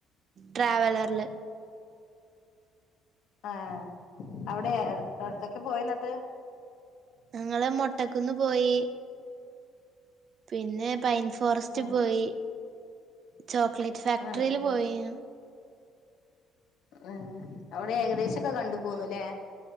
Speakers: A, on the right; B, on the left.
A: ട്രാവലറില്
B: ആഹ് അവിടെ എട് എവിടകൊക്കെ പോയി എന്നിട്ട്?
A: ഞങ്ങള് മൊട്ടക്കുന്ന് പോയി- പിന്നെ പൈൻ ഫോറസ്റ്റ്
B: ആ
A: പോയി ചോക്ലേറ്റ് ഫാക്ടറിയിൽ
B: ആ ആ
A: പോയി-
B: ഉം അവിടെ ഏകദേശംക്കെ കണ്ടു പോന്നല്ലേ-